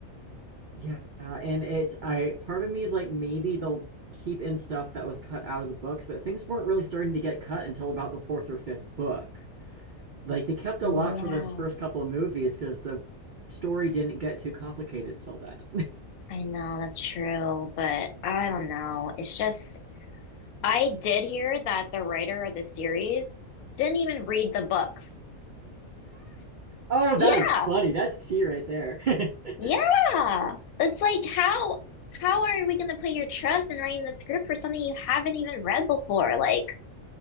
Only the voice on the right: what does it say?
Yeah, and it's I part of me is like maybe they'll keep in stuff that was cut out of the books, but things weren't really starting to get cut until about the fourth or fifth book. Like they kept
a lot for those first couple of movies because the story didn't get too complicated till that. <laughs>
Oh,
that is funny. That's tea right there. <laughs>